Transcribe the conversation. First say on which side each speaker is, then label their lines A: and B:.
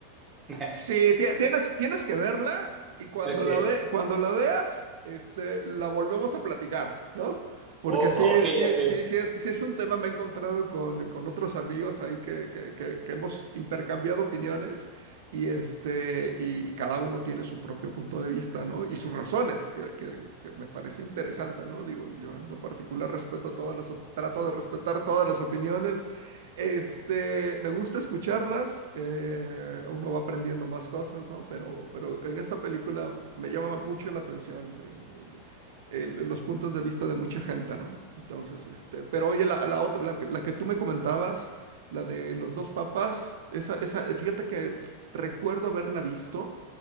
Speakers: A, on the right; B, on the right.
A: <laughs>
B: sí, ti- tienes, tienes que verla y cuando
A: Ok,
B: la ve, cuando la veas, este, la volvemos a platicar, ¿no? Porque
A: o-
B: sí,
A: ok,
B: sí,
A: ok.
B: sí, sí es, sí es un tema, me he encontrado con, con otros amigos ahí que, que- que- que hemos intercambiado opiniones y este, y cada uno tiene su propio punto de vista, ¿no? Y sus razones, que, que- que me parece interesante, ¿no? Digo, yo en lo particular respeto todas las, op- trato de respetar todas las opiniones Este, me gusta escucharlas, eh, uno va aprendiendo más cosas, ¿no? Pero, pero en esta película me llama mucho la atención en- en- el- los puntos de vista de mucha gente, ¿no? Entonces, este, pero oye, la, la otra, la, que la que tú me comentabas, la de los dos papas, esa, esa, fíjate que recuerdo haberla visto,